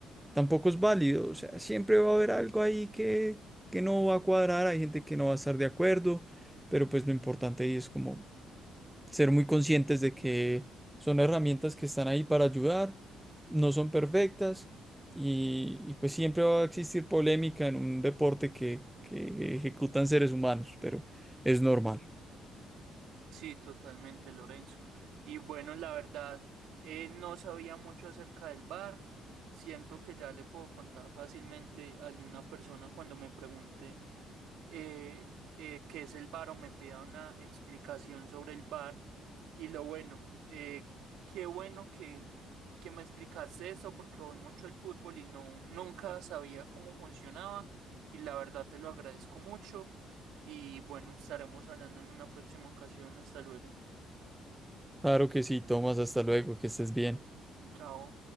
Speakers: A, in the centre; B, on the right (about 80°).
A: tampoco es válido. O sea, siempre va a haber algo ahí que, que no va a cuadrar, hay gente que no va a estar de acuerdo, pero pues lo importante ahí es como ser muy conscientes de que son herramientas que están ahí para ayudar, no son perfectas y, y, pues siempre va a existir polémica en un deporte que, que ejecutan seres humanos, pero es normal.
B: Sí, totalmente, Lorenzo. Y bueno, la verdad, eh, no sabía mucho acerca del bar. Siento que ya le puedo contar fácilmente a alguna persona cuando me pregunte eh, eh, qué es el bar o me pida una explicación sobre el bar. Y lo bueno, eh, qué bueno que, que me explicaste eso porque voy mucho el fútbol y no, nunca sabía cómo funcionaba. Y la verdad te lo agradezco mucho. Y bueno, estaremos hablando en una próxima ocasión. Hasta luego.
A: Claro que sí, Tomás, hasta luego, que estés bien.
B: Chao.